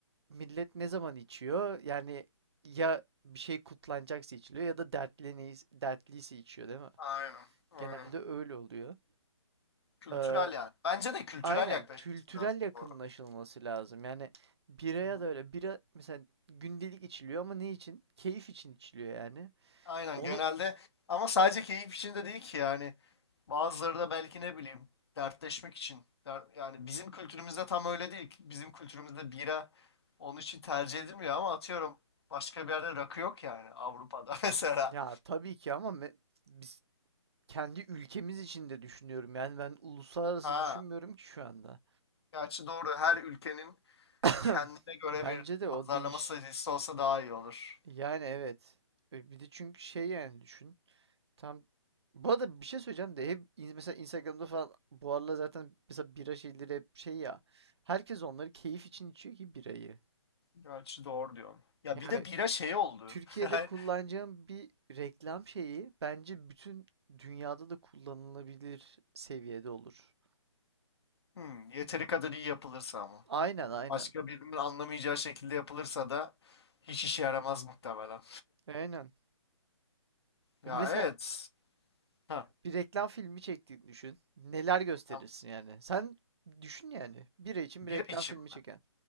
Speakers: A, on the right; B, on the left.
A: millet ne zaman içiyor? Yani ya bir şey kutlanacaksa içiliyor ya da dertli, dertliyse içiyor değil mi?
B: Aynen. Aynen.
A: Genelde öyle oluyor.
B: Kültürel
A: Ee,
B: yani. Bence de kültürel
A: aynen
B: yaklaşması
A: kültürel
B: lazım
A: yakınlaşılması
B: bu arada.
A: lazım. Yani biraya
B: Hı hı.
A: da öyle. Bira mesela gündelik içiliyor ama ne için? Keyif için içiliyor yani.
B: Aynen
A: Onu
B: genelde ama sadece keyif için de değil ki yani bazıları da belki ne bileyim dertleşmek için Der- yani bizim kültürümüzde tam öyle değil ki. bizim kültürümüzde bira onun için tercih edilmiyor ama atıyorum başka bir yerde rakı yok yani Avrupa'da <laughs> mesela
A: ya tabii ki ama me- biz kendi ülkemiz için de düşünüyorum. Yani ben uluslararası
B: ha
A: düşünmüyorum ki şu anda.
B: gerçi doğru her ülkenin
A: <clears throat>
B: kendine göre
A: Bence
B: bir
A: de o
B: pazarlama
A: değiş.
B: stratejisi olsa daha iyi olur
A: Yani evet. E, Bir de çünkü şey yani düşün. Tam bu arada bir şey söyleyeceğim de hep in- mesela Instagram'da falan bu aralar zaten mesela bira şeyleri hep şey ya. Herkes onları keyif için içiyor ki birayı.
B: gerçi doğru diyorsun ya
A: Yani
B: bir de bira şey oldu
A: Türkiye'de
B: <laughs> yani,
A: kullanacağım bir reklam şeyi bence bütün dünyada da kullanılabilir seviyede olur.
B: hmm, yeteri kadar iyi yapılırsa ama.
A: Aynen aynen.
B: Başka birinin anlamayacağı şekilde yapılırsa da hiç işe yaramaz muhtemelen.
A: Aynen.
B: Ya
A: Mesela
B: evet. Ha,
A: bir reklam filmi çektiğini düşün. Neler gösterirsin
B: tamam.
A: yani? Sen düşün yani. Bira için
B: Bira
A: bir reklam
B: için
A: filmi
B: mi?
A: çeken.